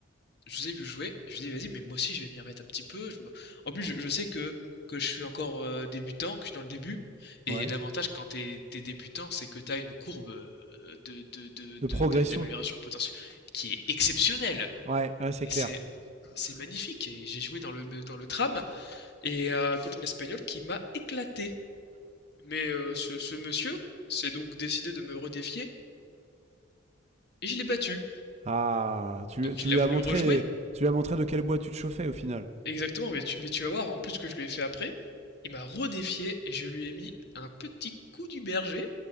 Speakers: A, on the left; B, on the right.
A: je vous ai vu jouer, je me suis vas-y, mais moi aussi je vais m'y remettre un petit peu. je me- En plus, je, je sais que, que je suis encore euh, débutant, que je suis dans le début.
B: vois.
A: Et
B: Ouais.
A: l'avantage quand t'es, t'es débutant, c'est que t'as une courbe euh, de, de- de-
B: De progression.
A: de- de- d'amélioration potentielle qui est exceptionnelle.
B: Ouais, ouais, c'est
A: Et
B: clair.
A: c'est, c'est magnifique. Et j'ai joué dans le, dans le tram et euh, contre un espagnol qui m'a éclaté. Mais euh, ce, ce monsieur s'est donc décidé de me redéfier et je l'ai battu.
B: Ah, tu,
A: Donc
B: lui- tu
A: il
B: lui
A: a voulu
B: as montré,
A: rejouer
B: tu lui as montré de quel bois tu te chauffais au final.
A: Exactement, mais tu, mais tu vas voir, en plus que je lui ai fait après, il m'a redéfié et je lui ai mis un petit coup du berger.